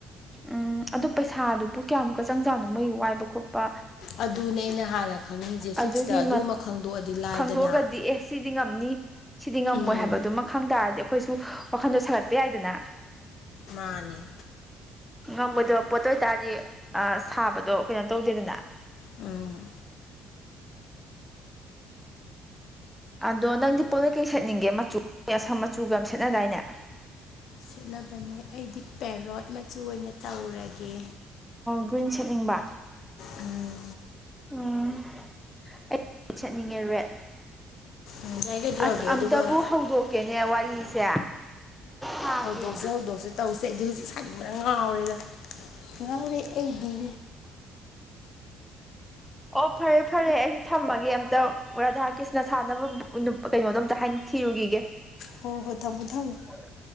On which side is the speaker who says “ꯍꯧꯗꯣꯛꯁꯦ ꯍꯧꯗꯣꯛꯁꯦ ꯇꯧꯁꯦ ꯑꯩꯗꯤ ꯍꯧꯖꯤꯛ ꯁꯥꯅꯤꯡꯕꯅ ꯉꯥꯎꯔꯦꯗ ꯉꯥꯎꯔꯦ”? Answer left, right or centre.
Left